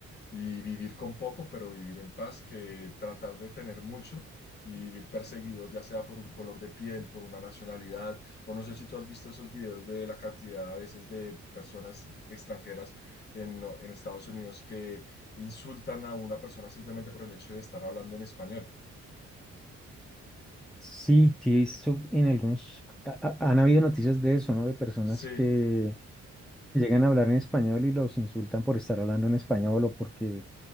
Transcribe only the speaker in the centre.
Sí, sí, he visto en algunos, ha- ha- han habido noticias de eso, ¿no? De personas
que llegan a hablar en español y los insultan por estar hablando en español o porque